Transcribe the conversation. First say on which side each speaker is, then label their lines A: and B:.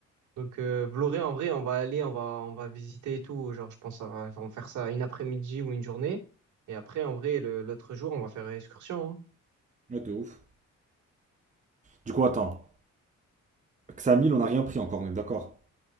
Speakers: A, on the right; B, on the right.
A: Donc euh, Vloré, en vrai, on va aller, on va, on va visiter et tout. Genre, je pense qu'on va, on va faire ça une après-midi ou une journée. Et après, en vrai, le- l'autre jour, on va faire excursion. Hein.
B: Ouais, de ouf. Du coup, attends. Xamil, on n'a rien pris encore, on est d'accord